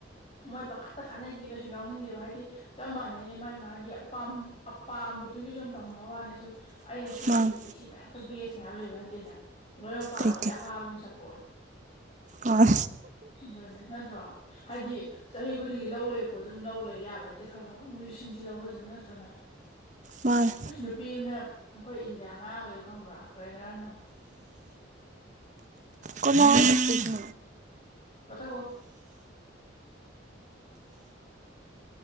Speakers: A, on the left; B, on the right.
A: ꯃꯣꯏ ꯄꯥꯡꯈꯛꯇ ꯈꯥꯅꯩꯁꯤꯗꯤ ꯀꯩꯁꯨ ꯌꯥꯎꯅꯤꯡꯗꯦꯕ ꯍꯥꯏꯗꯤ ꯆꯞ ꯃꯥꯟꯅꯩꯅꯦ ꯃꯥꯒꯤ ꯃꯥꯒꯤ ꯑꯥꯝꯕꯗꯨꯒꯤ ꯁꯨꯝ ꯇꯧꯅꯕ ꯋꯥꯅꯤ ꯁꯨꯝ ꯑꯩꯅ ꯁꯤꯃ
B: ꯃꯥꯅ
A: ꯍꯦꯜꯂꯤ ꯁꯤ ꯃꯌꯥꯝ ꯑ ꯕꯦꯁꯅꯦꯌꯥꯝ ꯂꯩꯕ ꯅꯠꯇꯦꯗꯅ ꯂꯣꯏꯅꯃꯛ ꯄꯥꯝꯃꯦ
B: ꯂꯩꯇꯦ
A: ꯑꯩꯈꯣꯏꯗꯤ ꯑꯀꯥꯕ ꯑꯗꯨꯝ ꯁꯞꯄꯣꯔꯠꯅꯤ
B: ꯑ
A: ꯑꯗꯨꯅꯦ ꯅꯠꯇ꯭ꯔꯣ ꯍꯥꯏꯗꯤ ꯆꯍꯤ ꯈꯨꯗꯤꯡꯒꯤ ꯂꯧ ꯂꯩꯔꯄꯣ ꯑꯗꯨꯝ ꯂꯧ ꯂꯩ ꯌꯥꯕ ꯅꯠꯇꯦ ꯈꯔ ꯈꯔ ꯈꯔ ꯃꯣꯏꯁꯨ ꯁꯤꯡꯁꯤ ꯂꯧꯒꯖꯅ ꯅꯠꯇ꯭ꯔꯣꯅ
B: ꯃꯥꯅꯦ
A: ꯑꯁ ꯅꯨꯄꯤ ꯑꯃꯅ ꯑꯩꯈꯣꯏ ꯏꯟꯗꯤꯌꯥ ꯉꯥꯡꯕꯗ ꯈꯪꯕ꯭ꯔꯥ ꯀꯔꯥꯏꯅꯔꯝꯅ
B: ꯀꯅꯥ ꯂꯩꯒ
A: ꯀꯊ ꯀꯣ